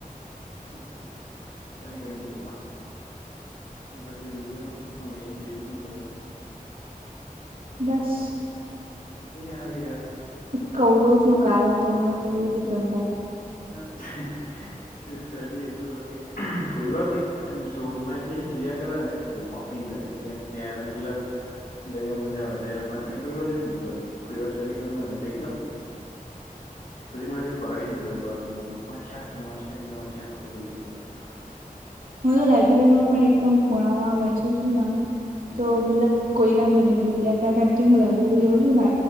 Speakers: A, on the left; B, on the right.
A: ઓ તને કઈ નઈ જોવા પછી બીજું શું ક બીજું શું કરું
B: બસ
A: આવે કે યાર
B: એક કૌ દો છું ક તો હું તને ફરીથી કરું
A: હચછ સ્ટડી એટ લક કોઈ વાર લક એમ ઝોન માં એકલે જયા કરે ને લોક ને મ ત્યારે મતલબ જગ્યા મજા આવે ત્યારે મેં કોઈ વાર એવ મતલબ કોઈર સ્ટડી કર હો નેક પછી મનેઈ ફરક ની પડ <inaudible> એવું કર
B: હું તો લાયબ્રેરીમાં પણ એકદમ ખૂણામાં બેસું છું ને
A: હમ
B: તો મતલબ કોઈ ના જોઈ ને બૂલ બે ત્રણ દિવસ થી હું લાયબ્રેરી જઉ છું ને